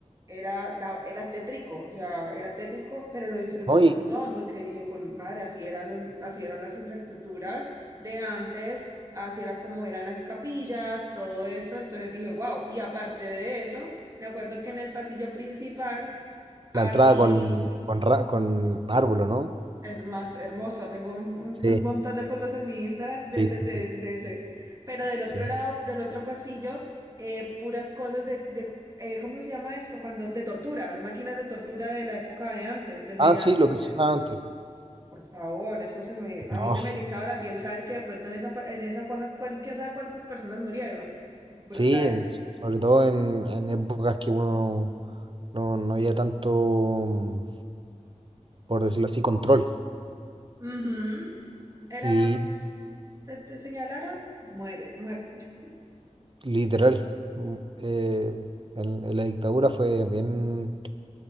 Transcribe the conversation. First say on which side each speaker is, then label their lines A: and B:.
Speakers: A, on the right; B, on the right.
A: era, da- era tétrico, o sea, era tétrico, pero lo disfruté
B: ¿No?
A: un
B: Y
A: montón porque dije, pues madre, así eran los, así eran las infraestructuras de antes, así era como eran las capillas, todo eso, entonces dije, wow, y aparte de eso, me acuerdo que en el pasillo principal hay
B: la entrada con, con, ra- con árbol, ¿o ¿no?
A: es más hermosa, tengo un, un-
B: Sí,
A: un montón de fotos en mi Instagram de
B: sí,
A: ese,
B: sí,
A: de,
B: sí,
A: de ese. Pero del otro
B: sí.
A: lado, del otro pasillo, eh, puras cosas de, de eh, ¿cómo se llama esto? Cuando, de tortura, máquinas de tortura de la época de antes, del media,
B: Ah, sí, lo que
A: del,
B: se usaba antes.
A: por favor, eso se me, a
B: No.
A: mí se me erizaba la piel saber que de pronto en esa, pa- en esa cosa, cuán- quién sabe cuántas personas murieron. Brutal.
B: Sí, sobre todo en, en épocas que uno no, no había tanto, mm, por decirlo así, control.
A: Ujú. Era,
B: Y
A: te, te señalaron, muere, muerte.
B: literal, mm, eh, en, en la dictadura fue bien,